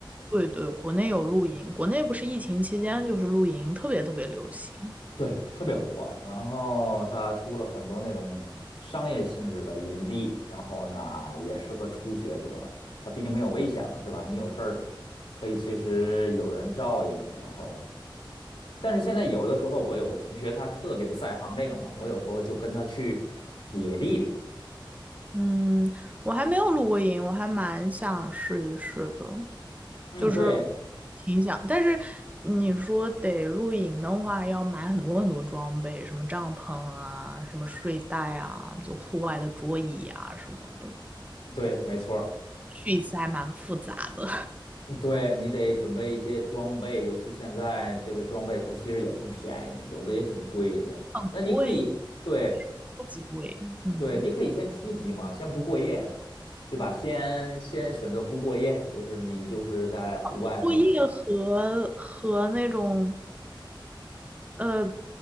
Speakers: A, on the right; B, on the left.
A: 对对，国内有露营，国内不是疫情期间就是露营特别特别流行。
B: 对，特别火。然后它出了很多那种商业性质的营地，然后呢也适合初学者。它毕竟没有危险嘛，对吧？你有事儿可以随时有人照应。然后，但是现在有的时候，我有个同学他特别的在行这个嘛，我有时候就跟他去野地里。
A: 嗯，我还没有露过营，我还蛮想试一试的。
B: 嗯，
A: 就是
B: 对
A: 挺想，但是你说得露营的话，要买很多很多装备，什么帐篷啊，什么睡袋啊，就户外的桌椅啊什么的，
B: 对，没错儿
A: 去一次还蛮复杂的，
B: 嗯对你得准备一些装备，尤其现在这个装备它其实也不便宜，有的也挺贵的。
A: <laughs>
B: 那你可以。
A: 不会，
B: 对，
A: 超级贵。嗯，
B: 对，你可以先初级嘛，先不过夜，呀，对吧？先先选择不过夜，就是你就是在户外可能
A: 我作业和和那种呃，